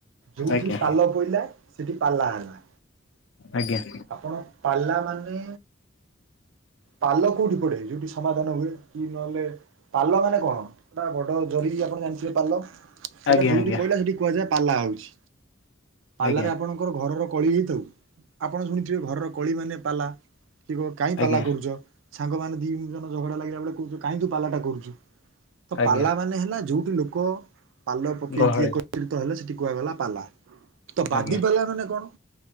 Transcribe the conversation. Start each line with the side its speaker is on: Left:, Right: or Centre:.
Right: ଯୋଗଠି
Left: ଆଜ୍ଞା
Right: ପାଲ ପଇଲା ସେଇଠି ପାଲା ହେଲା।
Left: ଆଜ୍ଞା।
Right: ଆପଣ ପାଲା ମାନେ ପାଲ କୋଉଠି ପଡେ ଯୋଉଠି ସମାଧାନ ହୁଏ କି ନହେଲେ ପାଲ ମାନେ କଣ ଏଟା ବଡ ଜରି ଆପଣ ଜାଣିଥିବେ ପାଲ। ସେଇଟା
Left: ଆଜ୍ଞା
Right: ଯୋଉଠି
Left: ଆଜ୍ଞା
Right: ପଇଲା ସେଠି କୁହାଯାଏ ପାଲା ହଉଛି ପାଲାରେ
Left: ଆଜ୍ଞା
Right: ଆପଣ ଙ୍କର ଘରର କଳି ହେଇଥାଉ ଆପଣ ଶୁଣିଥିବେ ଘରର କଳି ମାନେ ପାଲା। କିଏ କହ କାହିଁ ପାଲା
Left: ଆଜ୍ଞା
Right: କରୁଚ ସାଙ୍ଗମାନୋନ ଦି ଜଣ ଝଗଡା ଲାଗିଲା ବେଳେ କୋଉଚ କାହିଁ ତୁ ପାଲାଟା କରୁଛୁ। ତ
Left: ଆଜ୍ଞା
Right: ପାଲା ମାନେ ହେଲା ଯୋଉଠି ଲୋକ ପାଲ ପକେଇକି
Left: ଗହଳି
Right: ଏକ ସେଠିତହେଲେ ସେଠି କୁହାଗଲା ପାଲା ତ ବାଦି
Left: ଆଜ୍ଞା
Right: ପାଲା ମାନେ କଣ?